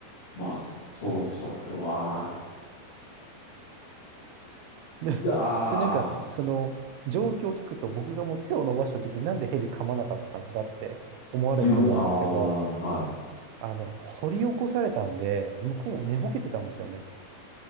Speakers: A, on the left (about 70°); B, on the right (about 90°).
A: まあ、そそう、それは、
B: で、
A: いやー、
B: で、なんか、その、状況を聞くと、僕がもう手を伸ばした時になんでヘビ噛まなかったんだって思われると思うんですけど、
A: ゆぐ、ああ、はい。
B: あの、掘り起こされたんで、向こうも寝ぼけてたんですよね。